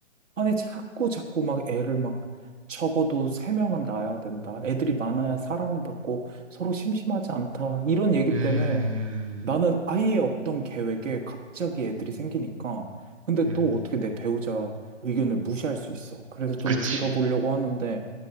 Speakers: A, on the right (about 80°); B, on the right (about 25°).
A: 아니, 자꾸 자꾸 막 애를 막 적어도 세명은 낳아야 된다. 애들이 많아야 사랑받고 서로 심심하지 않다. 이런 얘기
B: 음,
A: 때문에 나는 아예 없던 계획에 갑자기 애들이 생기니까. 근데
B: 음,
A: 또 어떻게 내 배우자 의견을 무시할 수 있어. 그래서 좀
B: 그치.
A: 들어보려고 하는데,